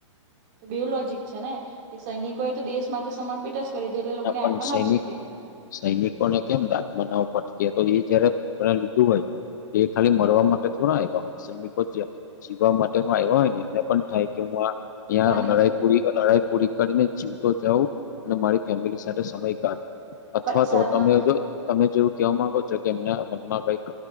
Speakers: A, on the right; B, on the left.
A: તો બે લોજીક છે ને, કે સૈનિકો એ તો દેશ માટે સમર્પિત જ કરી દીધું એટલે લોકોને
B: ના પણ
A: આત્મા
B: સૈનિક
A: ભટકે.
B: સૈનિકોને કેમ દાખ મનાવ ભટકે તો એ જયારે લીધું હોય. એ ખાલી મરવા માટે થોડા આવ્યા હોય, સૈનિકો જ જીવવા માટે હો આવ્યા હોય ને એમને પણ થાય કે હું આ
A: પણ
B: લડાઈ પૂરી લડાઈ પૂરી કરીને જીવતો જાઉં, અને મારી ફેમિલી સાથે સમય કાઢું, અથવા
A: પણ સમા
B: તો તમે જો તમે જેવું કેવા માંગો છો કે એમના મનમાં કઈક